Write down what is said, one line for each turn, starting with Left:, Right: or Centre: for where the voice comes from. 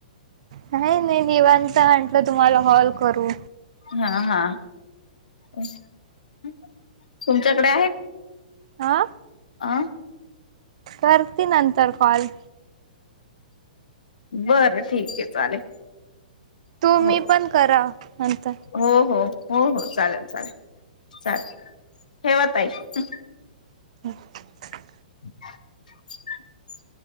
Right: नाही - नाही निवांत म्हटलं तुम्हाला कॉल करू.
Left: हा - हा <unintelligible> तुमच्याकडे आहे?
Right: ऑ?
Left: आं
Right: करती नंतर कॉल.
Left: बरं ठीके चालेल.
Right: तुम्ही
Left: हो
Right: पण करा नंतर.
Left: हो हो हो- हो चालेल - चालेल -चालेल ठेवा ताई.
Right: हं.
Left: <inaudible>